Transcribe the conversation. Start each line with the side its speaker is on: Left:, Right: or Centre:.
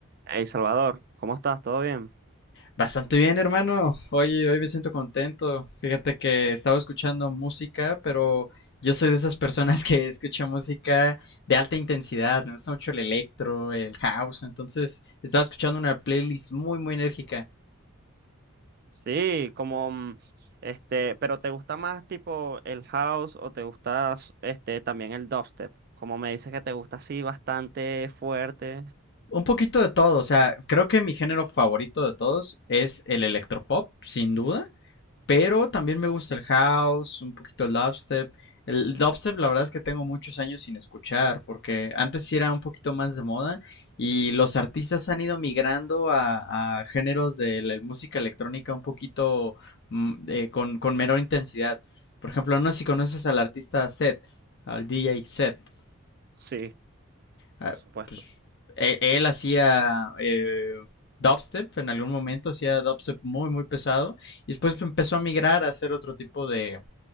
Right: Hey Salvador, ¿cómo estás? ¿Todo bien?
Left: Bastante bien, hermano. Oye, hoy me siento contento. Fíjate que estaba escuchando música, pero yo soy de esas personas que <laughs> escucha música de alta intensidad. Me gusta mucho el electro, el house. Entonces, estaba escuchando una playlist muy, muy enérgica.
Right: Sí, como mm, este, pero ¿te gusta más tipo el house o te gusta s- este también el dubstep? Como me dices que te gusta así bastante fuerte.
Left: Un poquito de todo. O sea, creo que mi género favorito de todos es el electropop, sin duda. Pero también me gusta el house, un poquito el dubstep. El dubstep, la verdad es que tengo muchos años sin escuchar, porque antes sí era un poquito más de moda y los artistas han ido migrando a, a géneros de la música electrónica un poquito mm, eh, con, con menor intensidad. Por ejemplo, no sé si conoces al artista Seth, al DJ Seth
Right: Sí,
Left: ah,
Right: por supuesto.
Left: pues, él, él hacía eh, dubstep, en algún momento hacía dubstep muy, muy pesado, y después empezó a migrar a hacer otro tipo de,